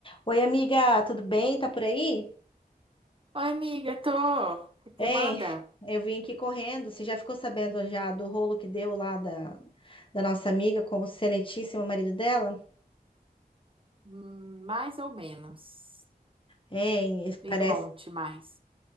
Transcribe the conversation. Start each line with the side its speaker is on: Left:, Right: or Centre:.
Left: Oi, amiga, tudo bem? Tá por aí?
Right: Oi, amiga, tô. O que que
Left: Ei,
Right: manda?
Left: eu vim aqui correndo. Você já ficou sabendo já do rolo que deu lá da, da nossa amiga com o excelentíssimo marido dela?
Right: Hum, Mais ou menos.
Left: Hein,
Right: Me
Left: parece.
Right: conte mais.